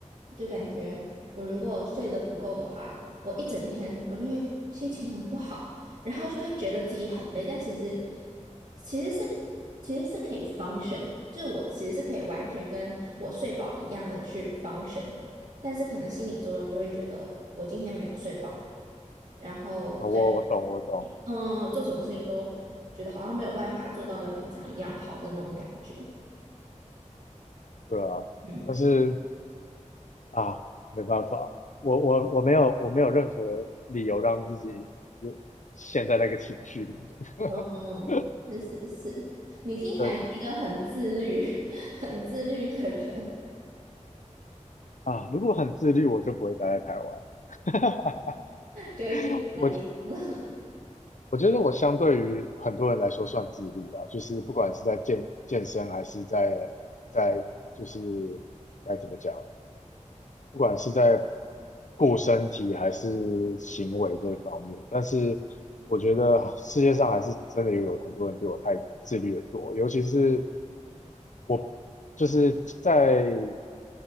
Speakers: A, on the right; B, on the left.
A: 就感觉我如果睡得不够的话，我一整天我就会心情很不好，然后就会觉得自己很累，但其实其实是其实是可以 function，就是我其实是可以完全跟我睡饱一样的去 function，但是可能心理作用就会觉得我今天没有睡饱，然后所以
B: 我懂我懂，
A: 嗯，做什么事情都觉得好像没有办法做到跟平常一样好的那种感觉，
B: 对啊，
A: 嗯。
B: 但是啊，没办法，我我我没有我没有任何理由让自己有陷在那个情绪里面。
A: 嗯
B: <laughs>
A: 嗯，是是是，你听起来是一个很自律、
B: 对
A: <laughs> 很自律的人，
B: 啊，如果很自律，我就不会待在台湾。<laughs>
A: 就会去其他地方。
B: 我我觉得我相对于很多人来说算自律啦，就是不管是在健健身还是在在就是该怎么讲，不管是在顾身体还是行为这方面，但是我觉得世界上还是真的有很多人比我太自律的多，尤其是我就是在